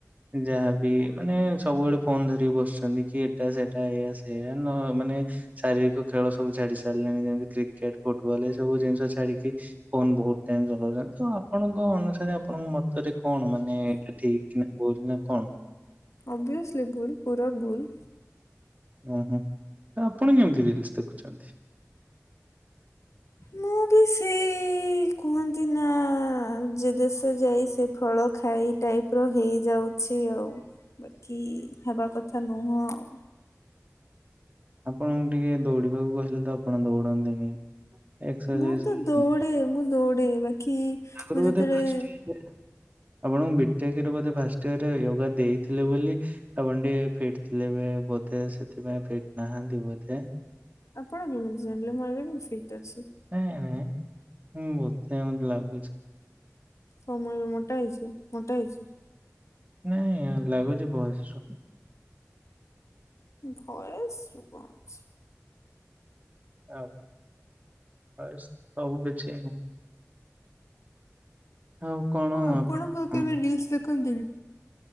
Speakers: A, on the right; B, on the left.
A: ଯାହାବି ମାନେ ସବୁବେଳେ ଫୋନ୍ ଧରିକି ବସିଚନ୍ତି କି ଏଟା ସେଟା ଏୟା ସେୟା ନ ମାନେ ଶାରୀରିକ ଖେଳ ସବୁ ଛାଡି ସାରିଲେଣି ଯେମିତି କ୍ରିକେଟ୍ ଫୁଟବଲ୍ ଏ ସବୁ ଜିନିଷ ଛାଡିକି ଫୋନ୍ ବହୁତ ଟାଇମ୍ ଚଲାଉଚନ୍ତି ତ ଆପଣଙ୍କ ଅନୁସାରେ ଆପଣଙ୍କ ମତରେ କଣ ମାନେ ଏଟା ଠିକ୍ କହୁଥିଲ <inaudible> ନା କଣ
B: ଅବିଅସ୍ଲି ଭୁଲ୍ ପୁରା ଭୁଲ୍।
A: ଓହୋ ତ ଆପଣ କେମିତି ରିଲସ୍ ଦେଖୁଛନ୍ତି?
B: ମୁଁ ବି ସେଇ କୁହନ୍ତି ନା ଯେ ଦେଶ ଯାଇ ସେ ଫଳ ଖାଇ ଟାଇପ୍ ର ହେଇଯାଉଛି ଆଉ ବାକି ହେବା କଥା ନୁହଁ ଆଉ।
A: ଆପଣଙ୍କୁ ଟିକେ ଦୌଡିବାକୁ କହିଲେ ତ ଆପଣ ଦୌଡନ୍ତିନି। ଏକ୍ସରସାଇଜ
B: ମୁଁ ତ ଦୌଡେ
A: କରନ୍ତି।
B: ମୁଁ ଦୌଡେ ବାକି।
A: ଆଗରୁ
B: ମୁଁ ଯେତେବେଳେ
A: ବଧେ ଫାଷ୍ଟିଙ୍ଗ ହୁଏ। ଆପଣଙ୍କୁ ବିଟେକରେ ବୋଧେ ଫାଷ୍ଟ ଇୟରରେ ୟୋଗା ଦେଇଥିଲେ ବୋଲି। ଆପଣ ଟିକିଏ ଫିଟ ଥିଲେ ଏବେ ବୋଧେ ସେଥିପାଇଁ ଫିଟ ନାହାନ୍ତି ବୋଧେ।
B: ଆପଣ କେମିତି ଜାଣିଲେ ମୁଁ ଏବେ ବି ଫିଟ୍ ଅଛି।
A: ନାଇଁ ନାଇଁଁ ବୋଧେ ମତେ ଲାଗୁଛି।
B: <unintelligible> ମୋଟା ହେଇଛି ମୋଟା ହେଇଛି।
A: ନାଇଁ ଲାଗୁଛି ଭଏସରୁ।
B: ଭଏସ ରୁ କଣ ଅଛି।
A: ଆଉ ଭଏସ ସବୁ କିଛି। ଆଉ କଣ
B: ଆପଣଙ୍କ
A: ଆପଣ
B: କେବେ ରିଲ୍ସ ଦେଖନ୍ତିନି